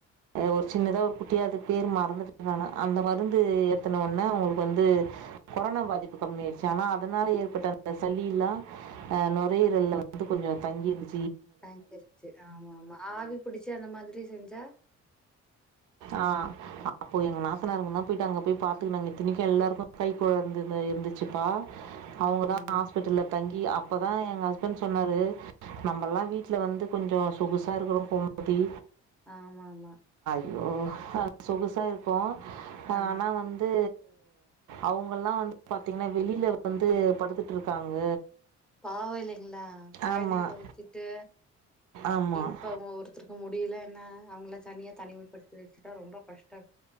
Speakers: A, on the right; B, in the centre.
A: ஒரு சின்னதாக ஒரு குட்டியாவது பேர் மறந்துட்டு நானு அந்த மருந்து எத்தன உடனே அவங்களுக்கு வந்து கொரோனா பாதிப்பு கம்மிய ஆயிடுச்சு ஆனா அதனால ஏற்பட்ட அந்த சளி எல்லாம் அஹ் நுரையீரல்ல வந்து கொஞ்சம் தங்கிிருந்துச்ச
B: தய்சிருச்சு ஆமா ஆமா ஆவி புடிச்சு அந்த மாதிரி செஞ்சா
A: ஆஹ் அப்போ எங்க நாதனாருங்க தான் போயிட்டு அங்க போய் பாத்துக்க நாங்க இத்திணிக்கும் எல்லாருக்கும் கைக்குழந்த இருந்துச்சுப்பா அவங்க
B: ஆமா
A: தான்
B: ஆமா
A: ஹாஸ்பிட்டல் தங்கி அப்பதான் எங்க ஹஸ்பண்ட் சொன்னாரு நம்மல்லாம் வீட்டுல வந்து கொஞ்சம் சொகுசா இருக்கிறோம் கோமதி
B: ஆமா ஆமா
A: ஐயோ சொகுசாஇருப்போம் ஆஹ்
B: ஆ
A: ஆனா வந்து அவங்கல்லாம் வந்து பாத்தீங்கன்னா வெளியில வந்து படுத்துட்டு இருக்காங்க
B: பாவ இல்லைங்களா குழந்தைங்க
A: ஆமாம்
B: வச்சுட்டு
A: ஆமாம்
B: இ இப்ப ஒ ஒவருத்தருக்கும் முடியல என்ன அவங்கள தனியா தனிமைப்படுத்தி வச்சுட்டா ரொம்ப கஷ்டம்